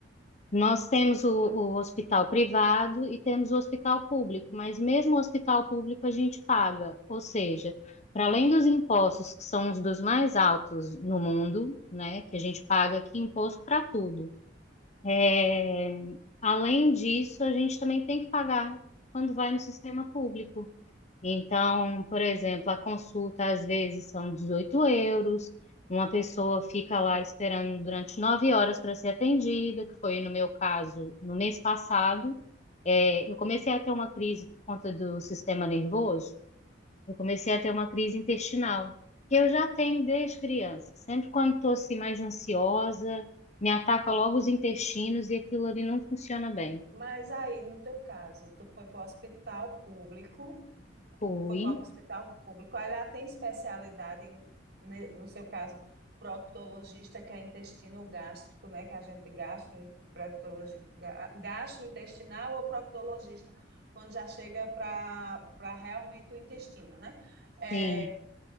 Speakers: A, on the left; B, on the right.
A: Nós temos o, o hospital privado e temos o hospital público, mas mesmo o hospital público a gente paga, ou seja, para além dos impostos, que são os dos mais altos no mundo, né, que a gente paga aqui imposto para tudo. É, além disso, a gente também tem que pagar quando vai no sistema público. Então, por exemplo, a consulta às vezes são 18 euros, uma pessoa fica lá esperando durante nove horas para ser atendida, que foi no meu caso no mês passado. É, eu comecei a ter uma crise por conta do sistema nervoso. Eu comecei a ter uma crise intestinal, que eu já tenho desde criança. Sempre quando estou assim mais ansiosa, me ataca logo os intestinos e aquilo ali não funciona bem.
B: Mas aí, no teu caso, tu foi para o hospital público
A: Fui,
B: foi para o hospital público. Aí lá tem especialidade em, ne- no seu caso, proctologista, que é intestino gástrico, né? Que a gente gastro, proctologi- ga- gastrointestinal ou proctologista, quando já chega para para realmente o intestino, né? É,
A: sim,